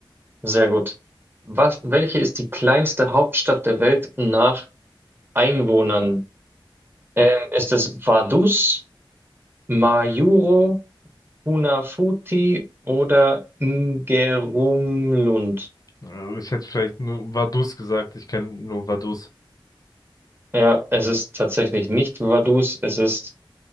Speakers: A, on the right; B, on the left.
A: sehr gut. Was, welche ist die kleinste Hauptstadt der Welt nach Einwohnern? Ähm, ist es Vaduz, Majuro, Funafuti oder Ngerumlund.
B: Äh, Ich hätte vielleicht nur Vaduz gesagt. Ich kenne nur Vaduz.
A: Ja, es ist tatsächlich nicht Vaduz, es ist